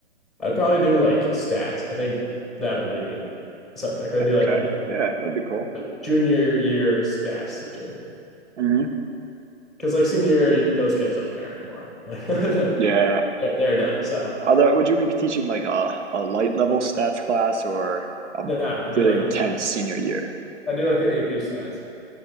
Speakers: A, in the centre; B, on the right (about 80°).
A: I'd probably do like stats. I think that would be a good subject. I'd be like
B: Okay.
A: a
B: Yeah, that'd be cool.
A: like, junior year stats teacher
B: hmm
A: because like senior year, you, those kids don't care anymore. Like <laughs> they-
B: Yeah.
A: are done. So
B: Although, would you be teaching like a, a light level stats class or a
A: no, no, I do
B: really
A: like
B: intense senior year?
A: I do like the AP stats.